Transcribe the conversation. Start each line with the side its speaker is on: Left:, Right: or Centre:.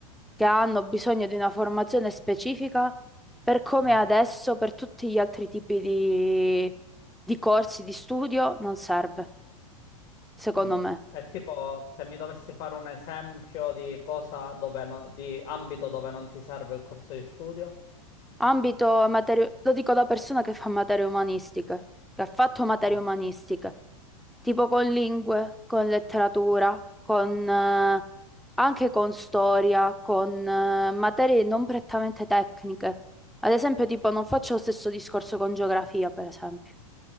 Centre: che hanno bisogno di una formazione specifica, per come
Left: no?
Centre: è adesso, per tutti gli altri tipi di, di corsi di studio, non serve. secondo
Left: Mm.
Centre: me.
Left: È tipo se mi dovessi fare un esempio di cosa dove no- di ambito dove non ti serve il corso di studio.
Centre: Ambito materie, lo dico da persona che fa materie umanistiche, che ha fatto materie
Left: Mm.
Centre: umanistiche, tipo con lingue, con letteratura, con, eh, anche con storia, con, eh, materie non prettamente tecniche. Ad esempio, tipo, non faccio lo stesso discorso con geografia, per esempio,